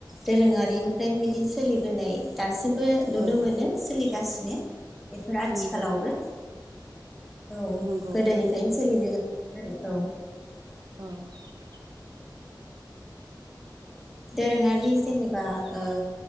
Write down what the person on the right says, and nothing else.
औ
नंगौ
नंगौ
औ <inaudible>